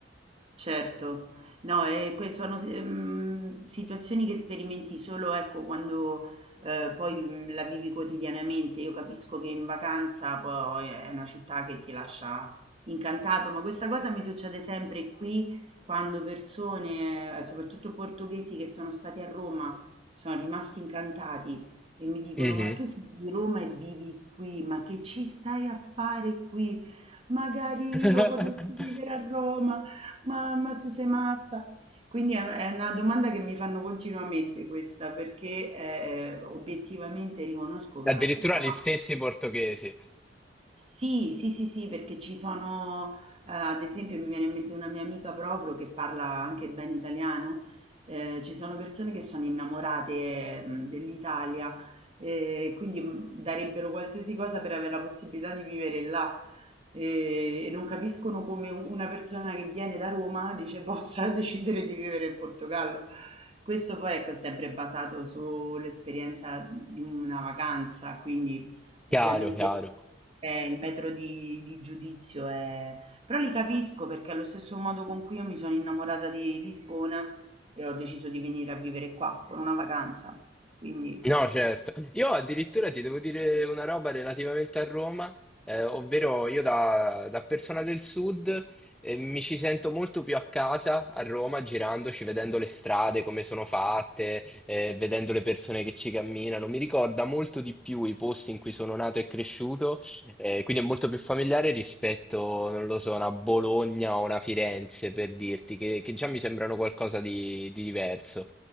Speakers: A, on the right (about 30°); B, in the centre.
A: Certo. No, ehm, que sono si mhmm, situazioni che sperimenti solo, ecco, quando, ehm, poi, mhmm, la vivi quotidianamente. Io capisco che in vacanza poi è una città che ti lascia incantato, ma questa cosa mi succede sempre qui quando persone, ehm, soprattutto portoghesi che sono stati a Roma, sono rimasti incantati e mi dicono:
B: Mhm.
A: "Ma tu sei di Roma e vivi qui, ma che ci stai a fare qui? Magari
B: <laughs>
A: io potessi vivere a Roma". Ma ma tu sei matta? Quindi è è una domanda che mi fanno continuamente questa, perché, ehm, obiettivamente riconosco che
B: Addirittura
A: è una città
B: gli stessi portoghesi.
A: sì, sì, sì, sì, perché ci sono, ehm, ad esempio mi viene in mente una mia amica proprio che parla anche bene italiano, ehm, ci sono persone che sono innamorate, mhmm, dell'Italia, ehm, quindi, mhmm, darebbero qualsiasi cosa per avere la possibilità di vivere là. Ehm, e non capiscono come u una persona che viene da Roma dice <laughs> possa decidere di vivere in Portogallo. Questo poi, ecco, è sempre basato sull'esperienza di una vacanza, quindi ovviamente
B: Chiaro, chiaro.
A: eh, il metro di di giudizio è però li capisco perché allo stesso modo con cui io mi sono innamorata di Lisbona e ho deciso di venire a vivere qua con una vacanza. Quindi
B: No, certo. Io addirittura ti devo dire una roba relativamente a Roma, eh, ovvero io da, da persona del sud eh, mi ci sento molto più a casa a Roma, girandoci, vedendo le strade, come sono fatte, eh, vedendo le persone che ci camminano. Mi ricorda molto di più i posti in cui sono nato e cresciuto, eh, quindi è molto più familiare rispetto, non lo so, a una Bologna o una Firenze, per dirti, che, che già mi sembrano qualcosa di, di diverso.